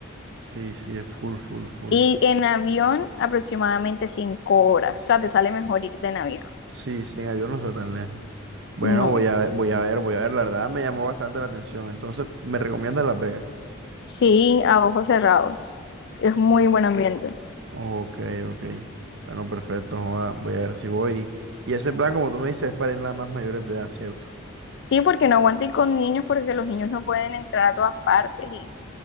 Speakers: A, on the right; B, on the left.
A: Sí, sí, es full, full, full.
B: Y en avión aproximadamente cinco horas. O sea, te sale mejor irte en avión.
A: Sí, sin avión no está tan lejos. Bueno,
B: No.
A: voy a ver, voy a ver, voy a ver. La verdad me llamó bastante la atención. Entonces, ¿me recomiendas Las Vegas?
B: Sí, a ojos cerrados. Es muy buen ambiente.
A: Ok, ok. Bueno, perfecto. joda, Voy a ver si voy. Y ese plan, como tú me dices, es para ir nada más mayores de edad, ¿cierto?
B: Sí, porque no aguanto ir con niños porque los niños no pueden entrar a todas partes y